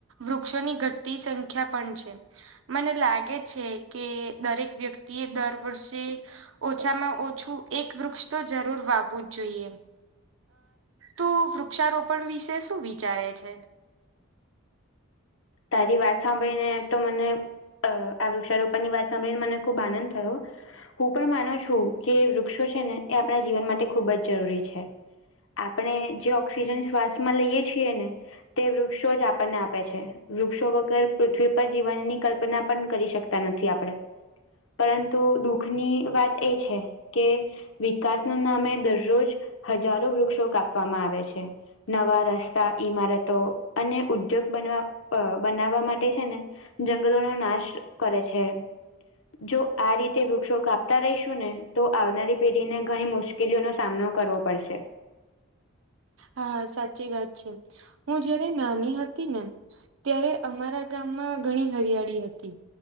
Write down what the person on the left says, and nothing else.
તારી વાત સાંભળી ને તો મને આ વૃક્ષારોપણ ની વાત સાંભળી ને મને ખુબ આનંદ થયો. હું પણ માનું છું કે વૃક્ષો છે ને એ આપણા જીવન માટે ખૂબ જ જરૂરી છે. આપણે જે ઓક્સિજન શ્વાસ માં લઈએ છીએ ને. તે વૃક્ષો જ આપણને આપે છે. વૃક્ષો વગર પૃથ્વી પર જીવનની કલ્પના પણ કરી શકતા નથી આપણે. પરંતુ દુઃખની વાત એ છે કે વિકાસના નામે દરરોજ હજારો વૃક્ષો કાપવામાં આવે છે. નવા રસ્તા, ઈમારતો અને ઉદ્યોગ બનવા બનાવા માટે છે ને જંગલોનો નાશ કરે છે. જો આ રીતે વૃક્ષો કાપતા રહીશું ને તો આવનારી પેઢી ને ઘણી મુશ્કેલી પડશે. કે જેનો સામનો કરવો પડશે.